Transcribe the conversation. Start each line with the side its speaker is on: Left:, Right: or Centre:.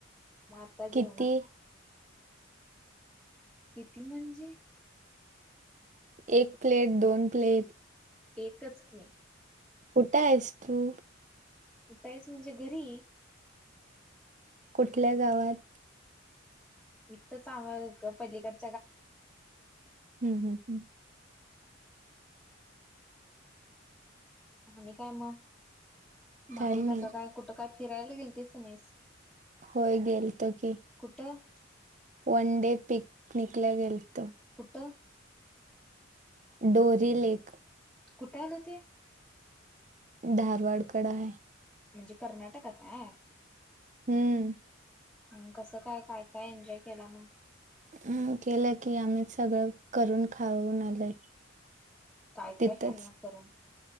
Centre: म आता जेवणार.
Right: किती
Centre: किती म्हणजे?
Right: एक प्लेट, दोन प्लेट.
Centre: एकच की.
Right: कुठ आहेस तू?
Centre: कुठ हायस म्हणजे? घरी.
Right: कुठल्या गावात?
Centre: इथच आवक पलीकड.
Right: हम्म हम्म हम्म.
Centre: आणि काय म, बाकी
Right: काही नाही.
Centre: कसं काय, कुठं काय, फिरायला गेलतीस का नाहीस?
Right: होय गेलतो की.
Centre: कुठं
Right: वन डे पिकनिक ला गेलतो.
Centre: कुठ?
Right: डोरी लेक.
Centre: कुठे आलं ते?
Right: धारवाड कड आहे.
Centre: म्हणजे कर्नाटकात आय.
Right: हम्म.
Centre: अ कसं काय, काय- काय, एन्जॉय केला मग.
Right: हम्. केलं की, आम्ही सगळं करून, खाऊन, आलय.
Centre: काय
Right: तिथच
Centre: काय खाल्ला करून